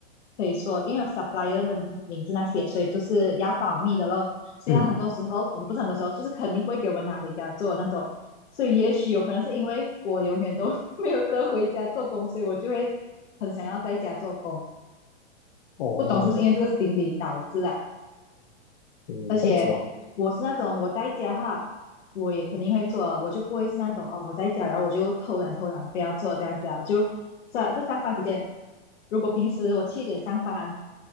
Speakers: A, on the left; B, on the left.
A: 可以说因为有 supplier 的名字那些，所以就是要保密的咯。所以它很多时候，
B: 嗯，
A: 呃，不是很多时候，就是肯定不会给我拿回家做那种。所以也许有可能是因为我永远都 <laughs> 没有得回家做工，所以我就会很想要在家做工。
B: 哦，
A: 不懂是不是因为这个心理导致的？
B: 嗯，
A: 而且我是那种我在家的话，
B: 这样子哦，
A: 我也肯定会做的，我就不会是那种哦我在家，然后我就偷懒偷懒不要做这样子啊。就是啊这上班时间，如果平时我七点上班，